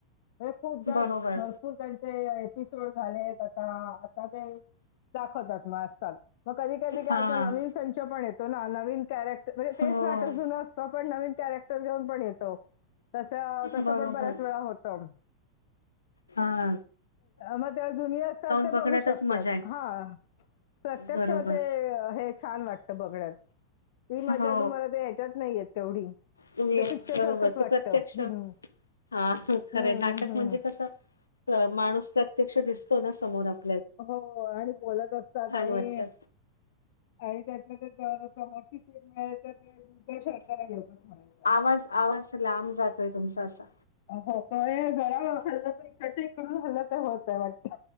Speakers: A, on the left; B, on the left.
A: हे खूपदा
B: बरोबर
A: भरपूर जण ते एपिसोड झालेत आता आता ते दाखवतात म असतात. मग कधी कधी
B: हा
A: काय आता नवीन संच पण येतो ना नवीन कॅरेक् म्हणजे तेच
B: होय,
A: नाटक जुन असतं पण नवीन कॅरेक्टर घेऊन पण येतो. तस तस
B: बरोबर.
A: पण बऱ्याच वेळा होतं.
B: हा.
A: मग ते अ जुनी असतात ते
B: बघण्यातच
A: बघू शकतात.
B: मजा आहे.
A: हा. प्रत्यक्ष
B: बरोबर.
A: ते हे. छान वाटत बघण्यात, ती मजा
B: हो.
A: तुम्हाला ते याच्यात नाही तेवढी.
B: तुमी ये
A: ते पिक्चर
B: बरोबर
A: सारखंच
B: ते
A: वाटतं
B: प्रत्यक्ष,
A: हम्म
B: हा खरे
A: हम्म
B: नाटक.
A: हम्म
B: म्हणजे कस अ माणूस प्रत्यक्ष दिसतो ना समोर आप
A: हो आणि बोलत असतात ही.
B: वाटतं.
A: आणि त्यातल्या त्यात जर समोरची सीट मिळालीं तर ते उद्या <unintelligible> शरकारला घेऊच म्हणा
B: आवाज, आवाज लांब जातोय तुमचा असा.
A: हो का ये जरा हल्लं तर इकडच्या इकडून हल्लं तर होत वाटत.